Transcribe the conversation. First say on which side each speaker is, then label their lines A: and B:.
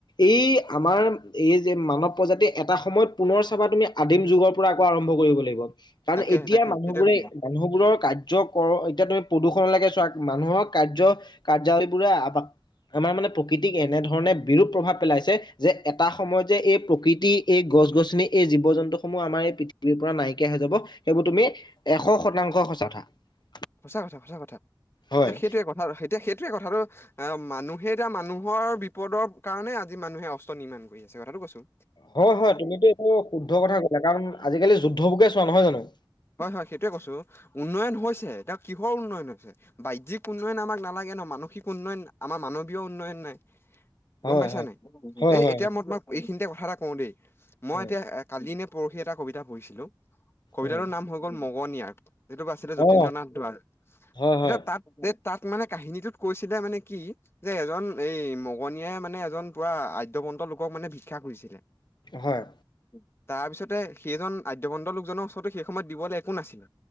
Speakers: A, on the left; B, on the left.
A: এই আমাৰ এই যে মানৱ প্ৰজাতি এটা সময়ত পুনৰ চাবা তুমি আদিম যুগৰ পৰা আকৌ আৰম্ভ কৰিব লাগিব। কাৰণ
B: তাকেহে
A: এতিয়া
B: তাকে
A: মানুহবোৰে
B: সেইটোৱে কথা
A: মানুহবোৰৰ কাৰ্য কৰ এতিয়া তুমি প্ৰদূষণ লাগে চোৱা মানুহৰ কাৰ্য কাৰ্যাৱলীবোৰে আপাক আমাৰ মানে প্ৰকৃতিক এনেধৰণে বিৰূপ প্ৰভাৱ পেলাইছে যে এটা সময়ত যে এই প্ৰকৃতি এ গছ-গছনি এই জীৱ জন্তুসমূহ আমাৰ এই পৃথিৱীৰ পৰা নাইকিয়া হৈ যাব সেইবোৰ তুমি এশ শতাংশ সঁচা কথা।
B: সঁচা কথা সঁচা কথা
A: হয়
B: যে সেইটোৱে কথা সেইটোৱে সেইটোৱে কথাটো অ' মানুহে এতিয়া মানুহৰ বিপদৰ কাৰণে আজি মানুহে অস্ত্ৰ নিৰ্মাণ কৰি আছে, কথাটো কৈছোঁ।
A: হয়, হয় তুমিতো এইটো শুদ্ধ কথা ক'লা। কাৰণ আজিকালি যুদ্ধবোৰকে চোৱা নহয় জানোঁ
B: হয়, হয়। সেইটোৱে কৈছোঁ, উন্নয়ন হৈছে, তেওঁ কিহৰ উন্নয়ন হৈছে, বাজ্যিক উন্নয়ন আমাক নালাগে। কে নহ মানসিক উন্নয়ন আমাৰ মানৱীয় উন্নয়ন নাই
A: হয়
B: গম পাইছা
A: হয়
B: নাই
A: হয়
B: এই
A: হয়
B: এতিয়া
A: হয়
B: মই তোমাক এইখিনিতে কথা এটা কওঁ দেই মই
A: উম
B: এতিয়া কালি নে পৰহি এটা কবিতা পঢ়িছিলো কবিতাটোৰ
A: উম
B: নাম হৈ গ'ল মগনিয়াৰ সেইটো বা আছিলে যতীন্দ্ৰ
A: অঁ
B: নাথ দুৱৰা
A: হয়
B: এতিয়া
A: হয়
B: তাত যে তাত মানে কাহিনীটোত কৈছিলে মানে কি যে এজন এই মগনিয়াই মানে এজন পুৰা আদ্য অৱন্ত লোকক মানে ভিক্ষা খুজিছিলে তাৰপিছতে,
A: হয়
B: সেইজন আদ্যবন্দ লোকজনৰ ওচৰতো সেই সময়ত দিবলৈ একো নাছিল